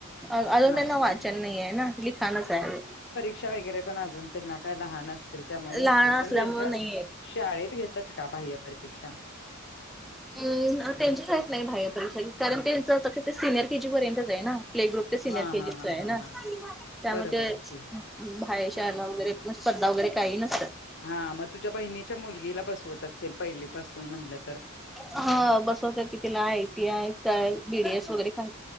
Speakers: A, in the centre; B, on the left (about 55°).
A: अजून
B: नाही
A: त्यांना वाचन
B: का
A: नाही आहे ना लिखाणच आहे.
B: शिक्षा वगैरे पण अजून त्यांना काही लहान असतील त्यामुळे नसतील
A: लहान
B: पण
A: असल्यामुळे
B: त्यांच्या
A: नाहीये.
B: शाळेत घेतात का बाह्य परीक्षा?
A: हम्म त्यांची काहीत नाही बाह्य परीक्षा कारण त्यांच आ ते सिनियर केजी पर्यंतच आहे ना. प्ले ग्रुप ते सिनियर
B: हा
A: केजीच
B: हा हा
A: आहे
B: हा
A: ना
B: हा
A: त्यामुळे
B: बरोबर आहे
A: ते
B: की
A: बाहेर शाला वगैरे स्पर्धा वगैरे काही नसतात.
B: हा मग तुझ्या बहिणीच्या मुलगीला बसवत असतील पहिलीपासून म्हणलं तर
A: हा बसवत की तिला आयटी आय काय बीडीएस वगैरे काय